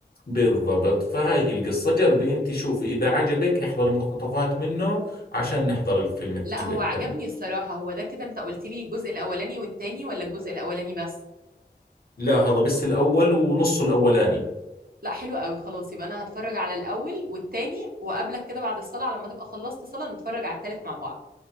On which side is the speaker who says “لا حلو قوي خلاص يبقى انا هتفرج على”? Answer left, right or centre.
Right